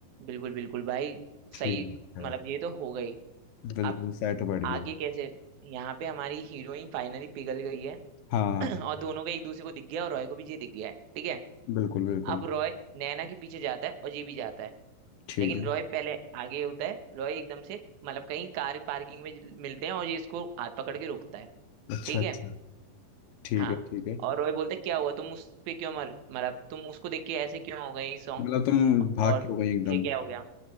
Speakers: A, on the right; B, on the left.
A: बिल्कुल बिल्कुल भाई
B: ठीक
A: सही
B: है
A: मतलब ये तो हो गई
B: बिल्कुल
A: अब
B: सेट बैठ
A: आगे
B: गया
A: कैसे यहाँ पे हमारी हीरोइन फाइनली पिघल गई है
B: हाँ
A: <clears throat> और दोनों का एक दूसरे को दिख गया और रॉय को भी ये दिख गया है ठीक है
B: बिल्कुल बिल्कुल
A: अब रॉय नैना के पीछे जाता है और ये भी जाता है
B: ठीक
A: लेकिन
B: है
A: रॉय पहले आगे होता है रॉय एकदम से मतलब कहीं कार पार्किंग में मिलते हैं और ये इसको हाथ पकड़ के रोकता है
B: अच्छा
A: ठीक
B: अच्छा
A: है
B: ठीक
A: हाँ
B: है ठीक है
A: और रॉय बोलते क्या हुआ तुम उस पे क्यों मर मरा तुम उसको देख के ऐसे क्यों हो गई सॉन्ग
B: मतलब तुम भाग
A: और
B: के हो गई एकदम
A: ये क्या हो गया